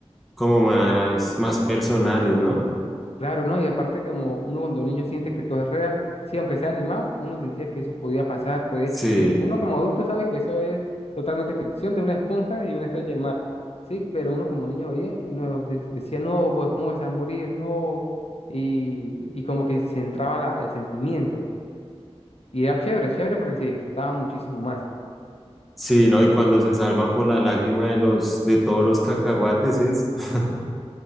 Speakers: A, in the centre; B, on the left (about 65°).
A: como más, más personales, ¿no?
B: Claro, ¿no? Y aparte que como uno cuando niño siente que todo es real, sí, aunque sea animado, uno sentía que eso podía pasar, podía
A: Sí,
B: existir. Uno como adulto sabe que eso es totalmente ficción de una esponja y una estrella de mar, sí, pero uno como niño veía y uno de- decía, no, Bob Esponja se va a morir, no, y, y como que se entraba la- el sentimiento. Y era chévere, chévere porque se disfrutaba muchísimo más.
A: sí, ¿no? Y cuando se salvan por la lágrima de los, de todos los cacahuates es, <laughs>